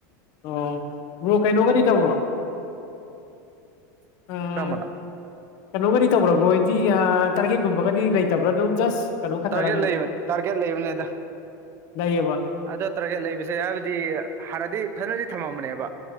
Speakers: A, on the left; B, on the right.
A: ꯑꯣ ꯃ꯭ꯔꯣ ꯀꯩꯅꯣꯒꯗꯤ ꯇꯧꯕ꯭ꯔꯣ ꯑ
B: ꯀꯔꯝꯕꯅꯣ
A: ꯀꯩꯅꯣꯒꯗꯤ ꯇꯧꯔꯕꯣꯗꯤ ꯇꯥꯔꯒꯦꯠꯀꯨꯝꯕꯒꯗꯤ ꯂꯩꯇꯕ꯭ꯔꯥ ꯑꯗꯨꯝ ꯖꯁ ꯀꯩꯅꯣ ꯈꯛꯇꯔ
B: ꯇꯥꯔꯒꯦꯠ
A: ꯑꯗꯨꯝ
B: ꯂꯩꯕ ꯇꯥꯔꯒꯦꯠ ꯂꯩꯕꯅꯤꯗ
A: ꯂꯩꯌꯦꯕ
B: ꯑꯗꯣ ꯇꯥꯔꯒꯦꯠ ꯂꯩꯕꯁꯦ ꯍꯥꯏꯕꯗꯤ ꯍꯥꯟꯅꯗꯤ ꯐꯖꯅꯗꯤ ꯊꯝꯃꯝꯕꯅꯦꯕ